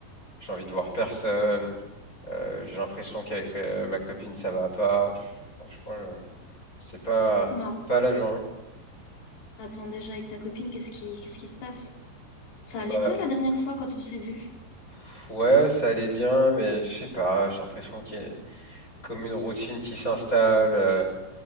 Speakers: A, on the left (about 20°); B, on the left (about 70°).
A: j'ai envie de voir personne, euh, j'ai l'impression qu'avec euh, ma copine ça va pas. Pff, Franchement, euh, c'est pas,
B: Non,
A: pas la joie. hein.
B: attends déjà avec ta copine, qu'est-ce qui qu'est-ce qui se passe? Ça
A: Bah
B: allait bien la dernière fois quand on s'est vus?
A: pff, ouais, ça allait bien, mais je sais pas, j'ai l'impression qu'il y a comme une routine qui s'installe. euh,